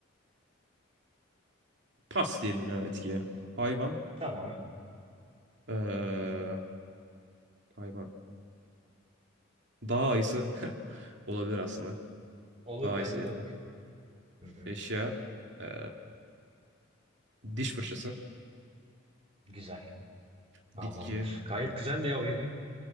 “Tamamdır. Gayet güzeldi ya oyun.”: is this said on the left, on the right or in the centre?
Right